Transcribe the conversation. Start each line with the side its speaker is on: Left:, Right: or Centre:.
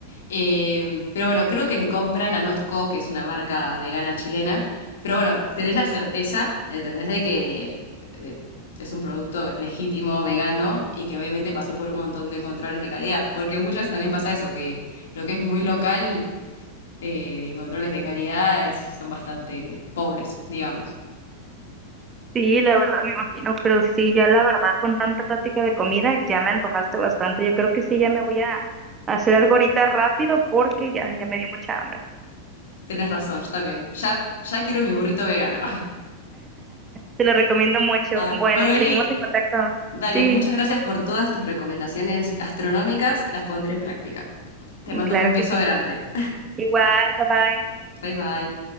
Left: Eh, pero bueno, creo que le compran a Notco, que es una marca vegana chilena. Pero bueno, tenés la certeza, ¿entendés? De que eh, es un producto legítimo, vegano, y que obviamente pasó por un montón de controles de calidad. Porque muchas veces también pasa eso, que lo que es muy local, eh, controles de calidad es- son bastante pobres, digamos.
Right: Sí, la verdad me imagino, pero sí, ya la verdad con tanta plática de comida ya me antojaste bastante. Yo creo que sí, ya me voy a hacer algo ahorita rápido porque ya, ya me dio mucha hambre.
Left: Tenés razón, yo también. Ya, ya quiero mi burrito vegano.
Right: Te lo recomiendo mucho.
Left: Ay,
Right: Bueno,
Left: Bueno, Eli,
Right: seguimos en contacto.
Left: dale,
Right: Sí,
Left: muchas gracias por todas tus recomendaciones gastronómicas. Las pondré en práctica. Te mando
Right: claro
Left: un beso
Right: que sí.
Left: grande.
Right: Igual, bye bye.
Left: Bye bye.